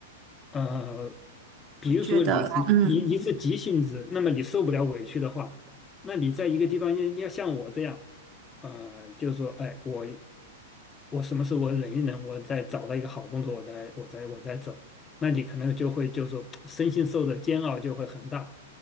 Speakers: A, on the left; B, on the right.
A: 呃，比如说你是你你是急性子，
B: 我觉得，嗯。
A: 那么你受不了委屈的话，那你在一个地方你你要像我这样，呃，就是说，哎，我我什么时候我忍一忍，我再找到一个好工作，我再我再我再走。那你可能就会就说身心受的煎熬就会很大，